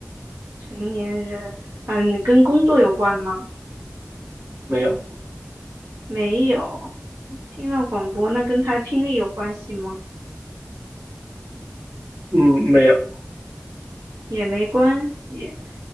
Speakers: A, on the right; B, on the right.
A: 成年人，嗯，跟工作有关吗？
B: 没有，
A: 没有，听到广播，那跟他的听力有关系吗？
B: 嗯，没有。
A: 也没关系，